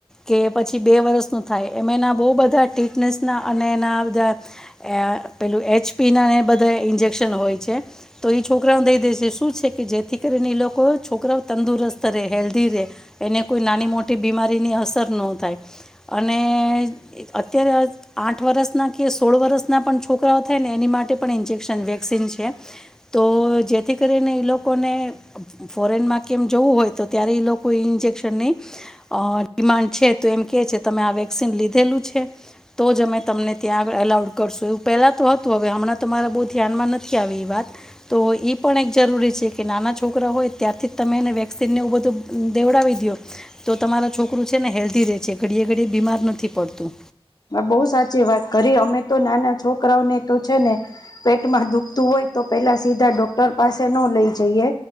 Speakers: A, in the centre; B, on the left.
A: કે પછી બે વર્ષ નું થાય એમના ખૂબ બધા ટીટનેસના અને એના બધા પેલું એચપીના બધા ઇન્જેક્શન આપતા હોય છે તો ઈ છોકરાઓને દઈ દે છે, કે શું જેથી કરીને એ લોકો છોકરાઓ તંદુરસ્ત હેલ્ધી રે એને કોઈ નાની, મોટી બીમારીની અસર ન થાય અને અત્યારે આઠ વર્ષના કે સોળ વર્ષ ના પણ છોકરાઓ થાય ને એની માટે પણ ઇન્જેક્શન દે વેક્સિન છે તો જેથી કરીને એ લોકોને ફોરેનમાં કેમ જવું હોય તો ત્યારે એ લોકો એ ઇન્જેક્શનની અ ડિમાન્ડ છે તો એમ કે છે, તમે આ વેક્સિન લીધેલું છે તો જ અમે તમને ત્યાં અલાઉડ કરશું એવું પેલા તો હતું હવે હમણાં તો હવે બહુ ધ્યાનમાં નથી. નથી આવી એ વાત ઈ પણ એક જરૂરી છે કે નાના છોકરા હોય ત્યારથી તમે એને વેક્સિન ને એવું બધું દેવડાવી દયો તો તમારા છોકરું છે ને હેલ્ધી રે છે ઘડીએ ઘડીએ બીમાર નથી પડતું.
B: બહુ સાચી વાત કરી અમે તો નાના છોકરાઓને તો છે ને પેટ માં દુખતું હોય. તો પેલા સીધા ડોક્ટર પાસે ન લઈ જઈએ.